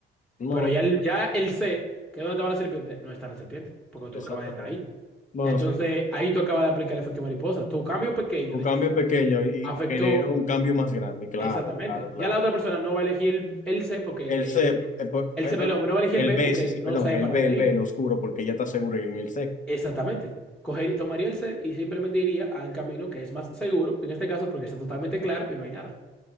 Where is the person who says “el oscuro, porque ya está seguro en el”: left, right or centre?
Left